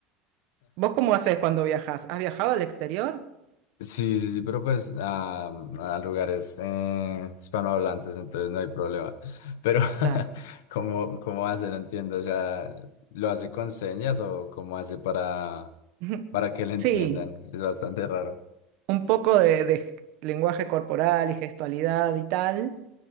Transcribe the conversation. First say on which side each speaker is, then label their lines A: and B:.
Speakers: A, on the right (about 65°); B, on the left (about 85°).
A: ¿Vos cómo haces cuando viajas? ¿Has viajado al exterior?
B: Sí, sí, sí, pero pues a, a lugares eh, hispanohablantes, entonces no hay problema. Pero,
A: Claro.
B: <laughs> ¿cómo, cómo hace? No entiendo, o sea, ¿lo hace con señas o cómo hace para,
A: <laughs>
B: para que le entiendan?
A: Sí,
B: Es bastante raro.
A: un poco de, de lenguaje corporal y gestualidad y tal,